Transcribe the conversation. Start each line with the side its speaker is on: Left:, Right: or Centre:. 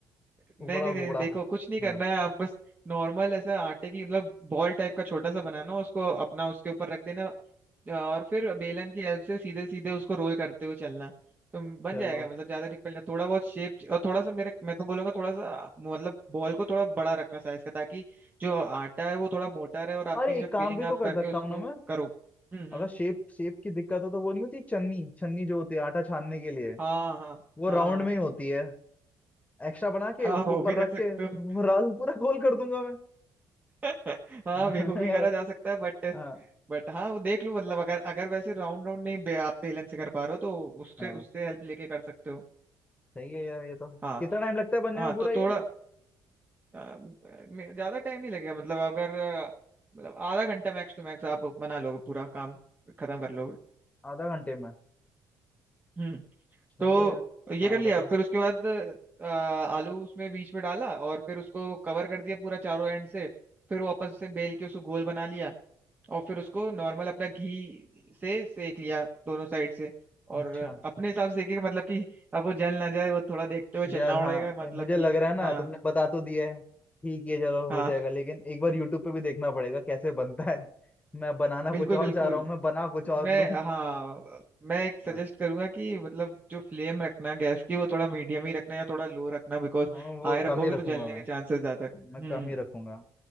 Right: नहीं
Left: उपड़ा
Right: नहीं नहीं
Left: उपड़ा
Right: देखो कुछ नहीं करना
Left: हाँ
Right: है आप बस नॉर्मल ऐसा आटे की मतलब बॉल टाइप का छोटा सा बनाना उसको अपना उसके ऊपर रख देना और फिर बेलन की हेल्प से सीधे सीधे उसको रोल करते हुए चलना तो बन
Left: चलो
Right: जाएगा मतलब ज्यादा डिफिकल्ट नहीं थोड़ा बहुत शेप और थोड़ा सा मेरे मैं तो बोलूंगा थोड़ा सा मतलब बॉल को थोड़ा बड़ा रखना साइज का ताकि जो आटा है वो थोड़ा मोटा रहे और आपकी
Left: अरे
Right: जब
Left: एक काम
Right: फिलिंग
Left: भी
Right: आप
Left: तो कर
Right: करके
Left: सकता
Right: उसको
Left: हूँ ना मैं
Right: करो हम्म
Left: अगर
Right: हम्म
Left: शेप शेप की दिक्कत हो तो वो नहीं होती छन्नी छन्नी जो होती है आटा छानने के लिए
Right: हाँ हाँ
Left: वो
Right: हाँ
Left: राउंड
Right: हाँ
Left: में ही होती है एक्स्ट्रा बना के
Right: हाँ
Left: उसको
Right: वो
Left: ऊपर
Right: भी रख
Left: रख
Right: सकते
Left: के वो
Right: हो
Left: राल पूरा गोल कर दूंगा मैं
Right: <laughs>
Left: <laughs>
Right: हाँ
Left: हाँ
Right: वे- वो भी
Left: यार
Right: करा जा सकता है बट
Left: हाँ
Right: बट हाँ वो देख लो मतलब अगर अगर वैसे राउंड राउंड नहीं बे- आप बेलन से कर पा रहे हो तो उससे
Left: हाँ
Right: उससे हेल्प लेके कर सकते हो
Left: सही है यार ये तो
Right: हाँ
Left: कितना टाइम लगता है बनने
Right: हाँ
Left: में
Right: तो
Left: पूरा ये
Right: थोड़ा अ, मे- ज्यादा टाइम नहीं लगेगा मतलब अगर अ, मतलब आधा घंटा मैक्स टू मैक्स आप बना लोगे पूरा काम खत्म कर लोगे
Left: आधा घंटे में
Right: हम्म
Left: चलो
Right: तो
Left: यार
Right: ये
Left: हाँ
Right: कर लिया
Left: बताओ
Right: फिर उसके बाद अ, आलू उसमें बीच में डाला और फिर उसको कवर कर दिया पूरा चारों एंड से फिर वापस से बेल के उसको गोल बना लिया और फिर उसको नॉर्मल अपना घी से सेक लिया दोनों साइड से और
Left: अच्छा
Right: अपने हिसाब से सेकेगा मतलब कि अब वो जल ना जाए वो थोड़ा देखते हुए
Left: यार
Right: चलना
Left: हाँ
Right: पड़ेगा मतलब
Left: ए, मुझे
Right: कि
Left: लग रहा है ना
Right: हाँ
Left: तुमने बता तो दिया है ठीक है चलो
Right: हाँ
Left: हो जाएगा लेकिन एक बार यूट्यूब पे भी देखना पड़ेगा कैसे बनता है मैं बनाना
Right: बिल्कुल
Left: कुछ और
Right: बिल्कुल
Left: चाह रहा हूँ मैं बना कुछ
Right: तो
Left: और
Right: मैं
Left: लूँ
Right: हाँ मैं एक सजेस्ट
Left: हाँ
Right: करूंगा कि मतलब जो फ्लेम रखना गैस की वो थोड़ा मीडियम ही रखना या थोड़ा लो रखना बिकॉज
Left: हाँ, वो
Right: हाई रखोगे
Left: कम ही रखूंगा
Right: तो जलने
Left: मैं
Right: के चांसेस ज्यादा है।
Left: मैं कम
Right: हम्म
Left: ही रखूंगा